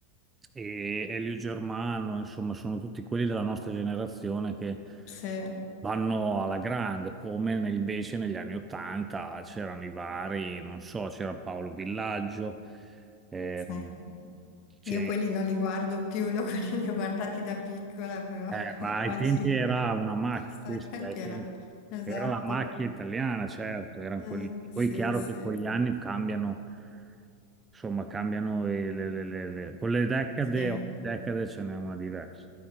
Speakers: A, on the right (about 15°); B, on the left (about 40°).
A: e Elio Germano, insomma, sono tutti quelli della nostra generazione che
B: Se-
A: vanno alla grande, come nel- invece negli anni Ottanta c'erano i vari, non so, c'era Paolo Villaggio, ehm,
B: sai,
A: c'è-
B: io quelli non li guardo più, li ho, <laughs> li ho guardati da piccola, però
A: eh,
B: <laughs>
A: ma
B: oggi
A: ai tempi era una macchina,
B: oh, stai
A: sì, sì,
B: tempi
A: ai tempi
B: era. Esatto.
A: era la macchia italiana, certo, erano
B: Mm,
A: quelli. Poi
B: sì,
A: è chiaro
B: sì.
A: che con gli anni cambiano, insomma, cambiano e le, le- le- le- con le decade,
B: Sì.
A: ogni decade ce n'è una diversa.